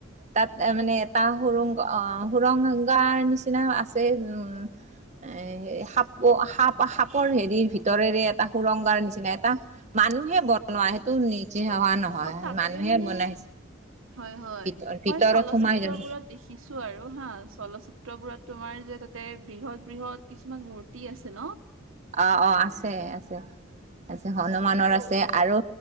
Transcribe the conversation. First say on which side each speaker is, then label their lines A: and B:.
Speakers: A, on the right; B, on the right.
A: তাত মানে এটা সুৰংগ সুৰংগাৰ নিচিনা আছে উম এ সাপ
B: অ
A: সাপ সাপৰ হেৰিৰ ভিতৰেৰে এটা সুৰংগাৰ নিচিনা এটা মানুহে বনোৱা সেইটো নিজে হেৱা নহয়
B: অ তাতে
A: মানুহে
B: মানে
A: বনাইছে
B: হয় হয়
A: ভিত ভিতৰত
B: মই চলচিত্ৰ
A: সোমাই যাব।
B: বোৰত দেখিছো আৰু হা চলচিত্ৰ সত্ৰবোৰত তোমাৰ যে তাতে বৃহৎ বৃহৎ কিছুমান মূৰ্তি আছে ন
A: অ অ আছে আছে আছে হনুমানৰ আছে আৰু